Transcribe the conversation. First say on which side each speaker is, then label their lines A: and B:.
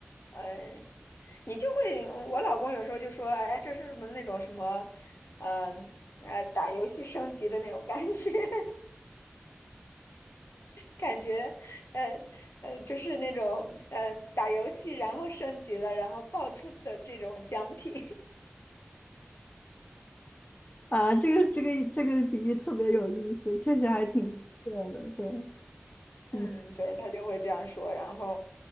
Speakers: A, on the left (about 75°); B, on the left (about 35°).
A: 呃，你就会，我老公有时候就说，哎，这是什么那种什么，嗯，呃，打游戏升级的那种感觉，<laughs> 感觉，呃，呃，就是那种，呃，打游戏然后升级了，然后爆出的这种奖品，
B: 啊，这个这个这个比喻特别有意思，确实还挺特的，对，
A: 嗯，
B: 嗯。
A: 对，他就会这样说，然后，